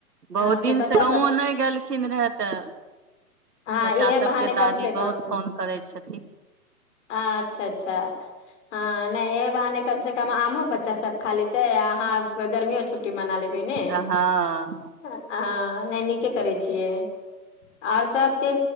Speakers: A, on the right; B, on the left.
A: बहुत
B: हँ
A: दिन
B: तऽ बच्चा
A: से गो
B: सब
A: नहि गेल खिन रह तऽ
B: हँ
A: बच्चा
B: इहे
A: सबके
B: बहाने कम
A: दादी
B: से
A: बहुत
B: कम
A: फोन करै छथिन
B: अच्छा अच्छा ह नहि ए ब कम से कम आमो बच्चा सभ खा लेतै अहाँ गर्मियो छुट छुट्टी मना लेबै ने
A: हँ हँ
B: नहि नीके करै छियै आओर सबके